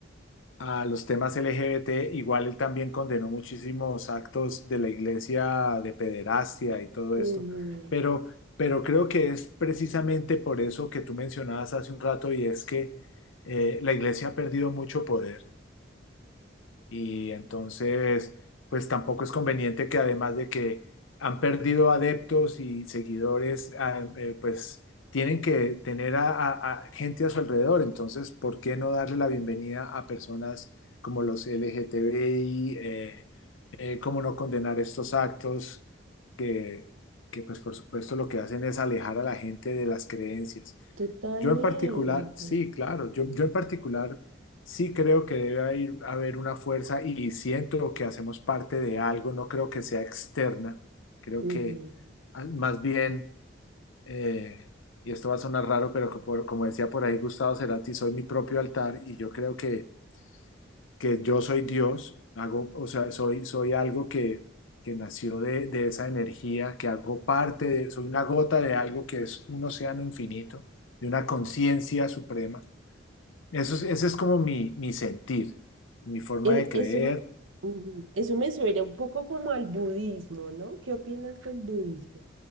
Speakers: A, on the left; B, on the right.
A: a los temas LGBT, igual él también condenó muchísimos actos de la iglesia de pederastia y todo
B: ujú,
A: esto, pero, pero creo que es precisamente por eso que tú mencionabas hace un rato y es que eh, la iglesia ha perdido mucho poder y entonces, pues tampoco es conveniente que además de que han perdido adeptos y seguidores, ah, eh, pues tienen que tener a, a- a gente a su alrededor. Entonces, ¿por qué no darle la bienvenida a personas como los LGTBI? eh, eh, ¿cómo no condenar estos actos que, que, pues por supuesto lo que hacen es alejar a la gente de las creencias?
B: Totalmente.
A: Yo en particular, sí, claro, yo, yo en particular sí creo que debe haber, haber una fuerza y siento que hacemos parte de algo, no creo que sea externa, creo
B: ujú.
A: que ah, más bien, eh, y esto va a sonar raro, pero como, como decía por ahí Gustavo Cerati, soy mi propio altar y yo creo que que yo soy Dios, hago, o sea, soy, soy algo que, que nació de, de esa energía, que hago parte de, soy una gota de algo que es un océano infinito, de una conciencia suprema. Eso es, ese es como mi, mi sentir, mi forma
B: E-
A: de creer.
B: Eso, m- ujú, Eso me suena un poco como al budismo, ¿no? ¿Qué opinas del budismo?